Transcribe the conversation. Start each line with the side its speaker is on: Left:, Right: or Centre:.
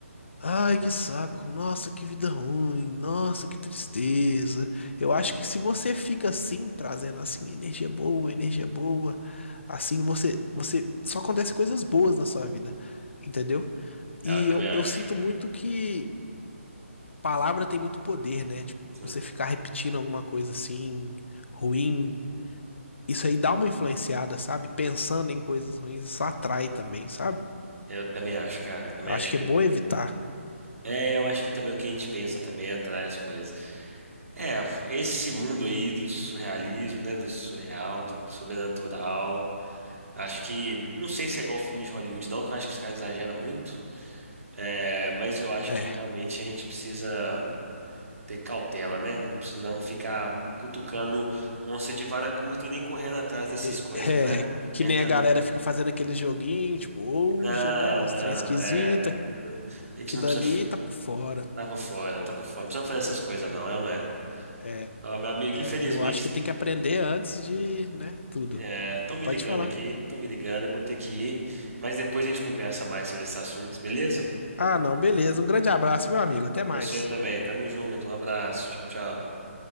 Left: ai que saco, nossa que vida ruim, nossa que tristeza. Eu acho que se você fica assim, trazendo assim energia boa, energia boa, assim você, você só acontece coisas boas na sua vida, entendeu?
Right: eu
Left: E
Right: também
Left: eu,
Right: acho.
Left: eu sinto muito que palavra tem muito poder, né? Tipo,
Right: Sim,
Left: você ficar repetindo alguma coisa assim, ruim, isso aí dá uma influenciada, sabe? Pensando em coisas ruins, isso atrai também, sabe?
Right: eu também acho, cara, eu também
Left: Eu acho
Right: acho
Left: que
Right: que.
Left: é bom evitar.
Right: É, eu acho que também o que a gente pensa também atrai as coisas. É, esse mundo aí do surrealismo, né, do surreal, do sobrenatural, acho que, não sei se é igual filme de Hollywood, não, que eu acho que os caras exageram muito, é, mas eu acho
Left: É,
Right: que realmente a gente precisa ter cautela, né? Não precisamos ficar cutucando onça de vara curta e nem correndo atrás dessas
Left: E-
Right: coisas,
Left: é,
Right: né?
Left: que
Right: Entrando.
Left: nem a galera fica fazendo aquele joguinho, tipo, Ouija,
Right: Não,
Left: né? Uns
Right: não,
Left: trem esquisito,
Right: é. não, a gente
Left: aquilo
Right: não precisa.
Left: ali tá por fora.
Right: Tá por fora, tá por fora. Não precisamos fazer essas coisas, não, é ou não é?
Left: É,
Right: Ó, meu amigo,
Left: é,
Right: infelizmente,
Left: eu acho que tem que aprender antes de, né, tudo.
Right: estão me
Left: Pode
Right: ligando
Left: falar.
Right: aqui, estão me ligando, eu vou ter que ir. Mas depois a gente conversa mais sobre esses assuntos, beleza?
Left: Ah, não, beleza. Um grande abraço, meu amigo. Até mais.
Right: Pra Você também, tamo junto, um abraço, tchau, tchau.